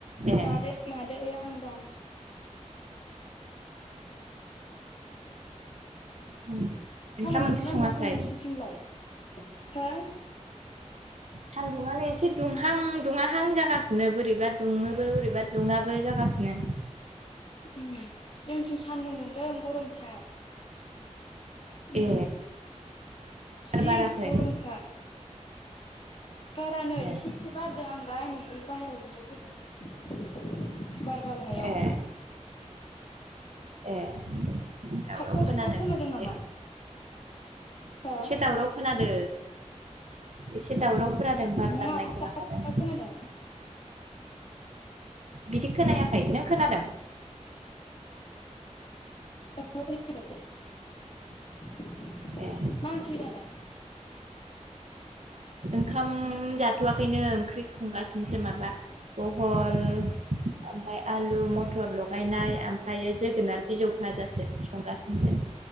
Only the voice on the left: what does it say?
मादै मादै आं दं ।
सालोन दुंदोंना
दुङाखै नोंसिरनिथिंलाय? हो?
उम जोंनिथिं सान्दुं दुंदों गरमथार। उम
जि
गरमखा। बारा नै
एसे एसे बारदों आं दा ओइनै बाहेराव जिरायफैदों <inaudible> बार बारनायाव।
थाबथा
थुबथा
नामा हो
नङा
थाबथा
थुबथा खोनादों
<unintelligible>
मा ओंख्रि जानाय?